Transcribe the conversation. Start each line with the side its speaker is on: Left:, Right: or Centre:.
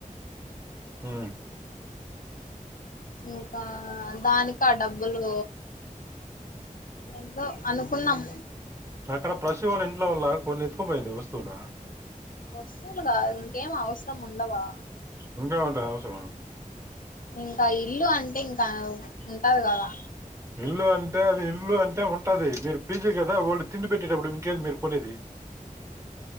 Right: ఉ
Left: ఇంకా దానికి ఆ డబ్బులు ఏందో అనుకున్నాం
Right: అక్కడ ప్రసీ వాళ్ళ ఇంట్లో వల్ల కొన్ని ఎత్తుకుపోయింది వస్తువులు
Left: వస్తువులుగా ఇంకేం అవసరం ఉండవా
Right: ఇంకేమట అవసరము
Left: ఇంక ఇల్లు అంటే ఇంకా ఉంటాది కదా
Right: ఇల్లు అంటే అది ఇల్లు అంటే ఉంటాది మీరు పిజీ కదా వాళ్ళు తిండి పెట్టేటప్పుడు ఇంకేం మీరు కొనేది